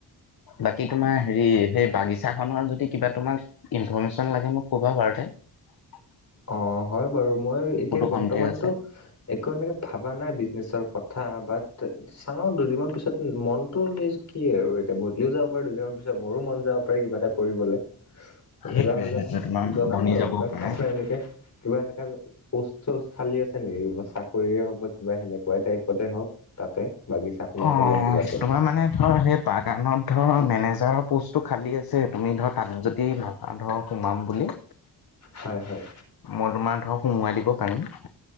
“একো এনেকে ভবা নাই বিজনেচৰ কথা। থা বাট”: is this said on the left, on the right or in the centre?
Left